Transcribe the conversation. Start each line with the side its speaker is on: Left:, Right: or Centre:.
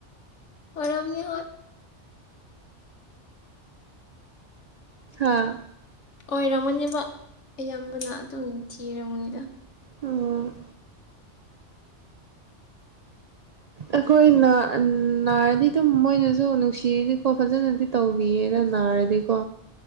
Left: ꯑꯣꯏꯔꯝꯅꯤ ꯍꯣꯏ
Right: ꯍꯥꯥ
Left: ꯑꯣꯏꯔꯥꯝꯒꯅꯤꯕ ꯏꯌꯥꯝꯕꯅ ꯑꯗꯨꯝ ꯊꯤꯔꯥꯃꯨꯅꯤꯗ
Right: ꯎꯨꯝ ꯑꯩꯈꯣꯏ ꯅꯥꯔꯗꯤ ꯑꯗꯨꯝ ꯃꯣꯏꯅꯁꯨ ꯅꯨꯡꯁꯤꯔꯤꯅꯤꯀꯣ ꯐꯖꯅꯗꯤ ꯇꯧꯕꯤꯌꯦꯅ ꯅꯥꯔꯗꯤꯀꯣ